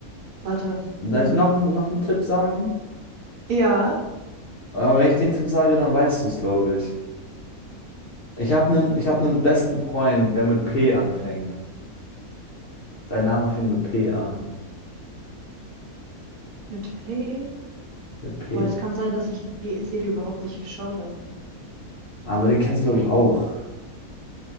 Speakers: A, on the right; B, on the left.
A: Warte.
B: Darf
A: Hm.
B: ich noch, n- noch einen Tipp sagen?
A: Ja.
B: Aber wenn ich den Tipp sage, dann weißt du es, glaube ich. Ich habe einen, ich hab einen besten Freund, der mit P anfängt. Sein Name fängt mit P an.
A: Mit P?
B: Mit P.
A: Boah, es kann sein, dass ich die Serie überhaupt nicht geschaut habe.
B: Aber den kennst du, glaube ich, auch.